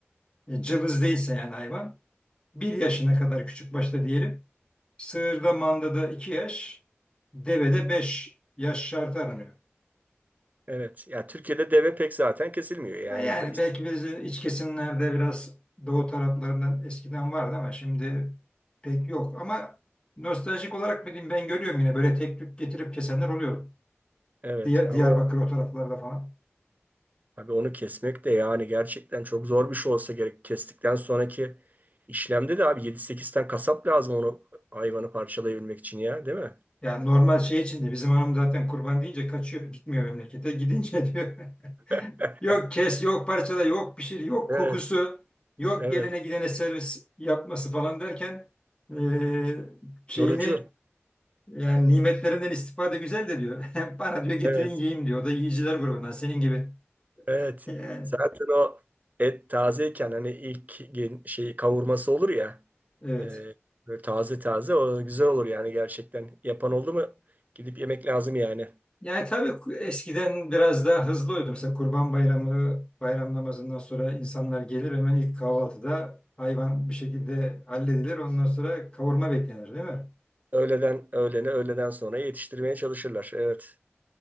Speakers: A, on the left (about 20°); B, on the right (about 40°).
A: e, cılız değilse yani hayvan Bir yaşına kadar küçük başta diyelim. Sığırda, mandada 2 yaş, devede 5 yaş şartı aranıyor.
B: Evet. Ya Türkiye'de deve pek zaten kesilmiyor. Yani
A: Ha Yani
B: be-
A: belki biz iç kesimlerde biraz doğu taraflarından eskiden vardı ama şimdi pek yok. Ama nostaljik olarak bileyim ben görüyorum yine böyle tek tük getirip kesenler oluyor.
B: evet
A: Diya-
B: ama
A: Diyarbakır
B: o-
A: o taraflarda falan.
B: abi onu kesmek de yani gerçekten çok zor bir şey olsa gerek. Kestikten sonraki işlemde de abi yedi 8 tane kasap lazım onu hayvanı parçalayabilmek için ya, değil mi?
A: Yani normal şey içinde bizim hanım zaten kurban deyince kaçıyor gitmiyor memlekete gidince <laughs> diyor.
B: <laughs>
A: Yok kes yok parçala yok pişir yok
B: Evet.
A: kokusu yok
B: Evet.
A: gelene gidene servis yapması falan derken eee, şeyini
B: Yorucu.
A: yani nimetlerinden istifade güzel de diyor. <laughs> Bana diyor getirin
B: Evet.
A: yiyeyim diyor. O da yiyiciler grubundan senin gibi.
B: Evet.
A: <laughs> Yani,
B: Zaten o et tazeyken hani ilk gen- şey kavurması olur ya.
A: evet.
B: e, böyle taze taze o güzel olur yani gerçekten. Yapan oldu mu gidip yemek lazım yani.
A: Yani tabii eskiden biraz daha hızlı oluyordu. Mesela Kurban Bayramı, bayram namazından sonra insanlar gelir hemen ilk kahvaltıda hayvan bir şekilde halledilir. Ondan sonra kavurma beklenir değil mi?
B: Öğleden öğlene öğleden sonra yetiştirmeye çalışırlar. Evet.